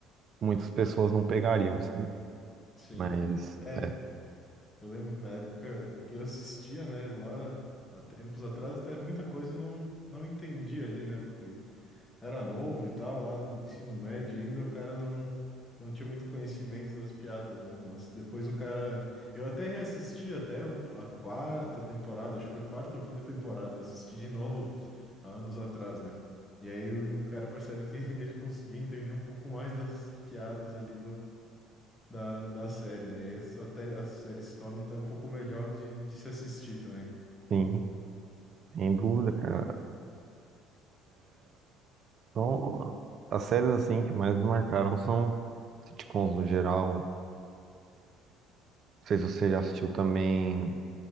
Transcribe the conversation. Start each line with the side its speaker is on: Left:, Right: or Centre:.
Right: muitas pessoas não pegariam, sabe?
Left: sim.
Right: Mas,
Left: É,
Right: é,
Left: Eu lembro que na época que eu assistia, né, lá há tempos atrás, até muita coisa eu não, não entendi ali, né, porque eu era novo e tal, lá no ensino médio ainda, o cara não, não tinha muito conhecimento das piadas, né, mas depois o cara. Eu até reassisti até um- a quarta temporada, acho que foi quarta ou quinta temporada, eu assisti de novo há anos atrás, né, e aí o cara percebe que <laughs> ele conseguia entender um pouco mais das piadas ali da, da série, né? E aí essa te- a série se torna até um pouco melhor de, de se assistir também.
Right: sim, sem dúvida, cara. Então, as séries, assim, que mais me marcaram são sitcoms no geral. Não sei se você já assistiu também